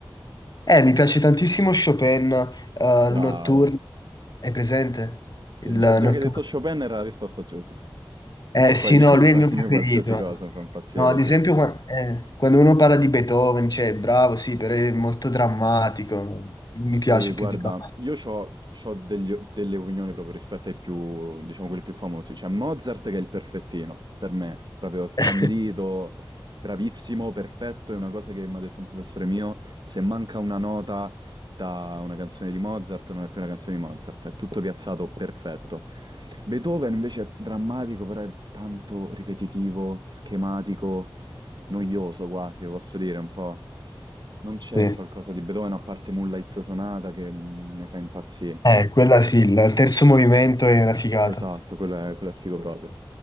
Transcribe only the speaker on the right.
Bravo.
Sì,
già, già che hai detto Chopin era la risposta giusta.
Poi
<laughs>
qua-
a
me qualsiasi cosa mi fa impazzire,
sì.
Sì,
guarda,
io ho delle opinioni proprio rispetto ai più, diciamo, quelli più famosi. C'è Mozart che è il perfettino, per me, proprio scandito,
bravissimo, perfetto, è una cosa che mi ha detto un professore mio, se manca una nota da una canzone di Mozart non è più una canzone di Mozart, è tutto piazzato perfetto. Beethoven invece è drammatico, però è tanto ripetitivo, schematico, noioso quasi, lo posso dire un po'. Non c'è
qualcosa di Beethoven a parte Moonlight Sonata che mi fa impazzire.
Esatto, quello è, quello è figo proprio.